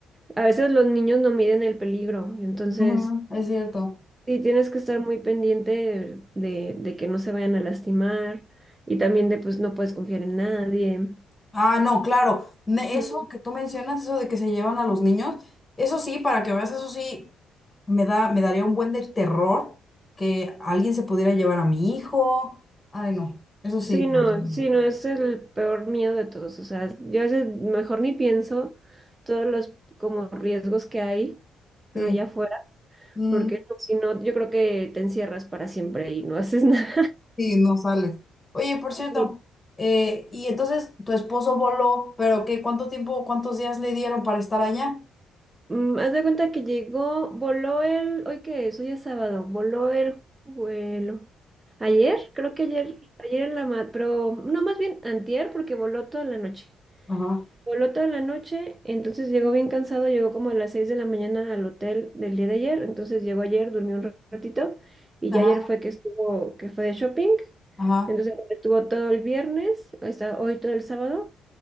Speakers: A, on the right; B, on the left.
A: a veces los niños no miden el peligro, entonces...
B: Ujú, es cierto.
A: Sí, tienes que estar muy pendiente de, de- de que no se vayan a lastimar y también de pues no puedes confiar en nadie.
B: Ah, no, claro. Ne-
A: Ujú.
B: Eso que tú mencionas, eso de que se llevan a los niños, eso sí, para que veas, eso sí, me da, me daría un buen de terror que alguien se pudiera llevar a mi hijo. Ay, no, eso sí.
A: Sí,
B: Para
A: no,
B: mí.
A: sí,
B: no.
A: no, es el peor miedo de todos. O sea, yo a veces mejor ni pienso todos los como riesgos que hay
B: Sí,
A: allá afuera,
B: mm,
A: porque no, si no, yo creo que te encierras para siempre y no haces nada.
B: sí, no sale. Oye, por cierto,
A: <laughs>
B: eh, y entonces tu esposo voló, pero ¿qué? ¿Cuánto tiempo, cuántos días le dieron para estar allá?
A: Mm, haz de cuenta que llegó, voló el, ¿hoy qué es? Hoy es sábado, voló el vuelo. Ayer, creo que ayer, ayer en la mat, pero no, más bien antier, porque voló toda la noche.
B: Ajá.
A: Voló toda la noche, entonces llegó bien cansado, llegó como a las 6 de la mañana al hotel del día de ayer, entonces llegó ayer, durmió un ratito, y
B: Ajá,
A: ya ayer fue que estuvo, que fue de shopping,
B: ajá.
A: entonces estuvo todo el viernes, está hoy todo el sábado,